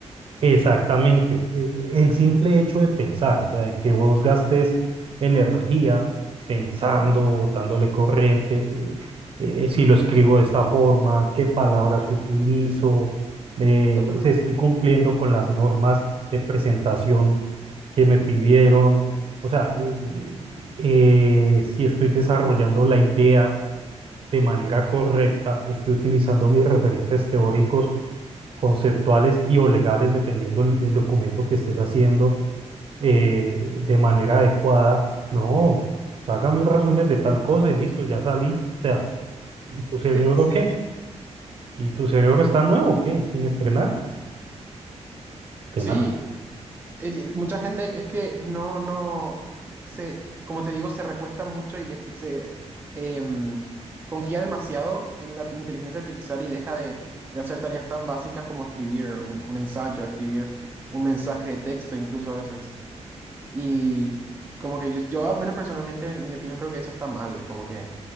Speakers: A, on the right (about 50°); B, on the right (about 15°).
A: Exactamente, e- e, el simple hecho de pensar, o sea, de que vos gastes energía pensando, botándole corriente, eh, eh, si lo escribo de esta forma, qué palabras utilizo,
B: Sí, sí.
A: eh,
B: Total.
A: si estoy cumpliendo con las normas de presentación que me pidieron, o sea, eh, eh, si estoy desarrollando la idea de manera correcta, estoy utilizando mis referentes teóricos, conceptuales y o legales, dependiendo el, el documento que estés haciendo, eh, de manera adecuada. No, haga mis resúmenes de tal cosa y listo, ya salí. O sea, ¿y tu cerebro
B: Sí.
A: qué? ¿Y tu cerebro está nuevo o qué? Sin estrenar, de
B: Sí,
A: nada.
B: el- el- mucha gente es que no, no, se, como te digo, se recuesta mucho y de- se em, confía demasiado en la t- inteligencia artificial y deja de, de hacer tareas tan básicas como escribir un, un ensayo, escribir un mensaje de texto incluso a veces. Y como que yo, yo al menos personalmente, en mi opinión, creo que eso está mal, como que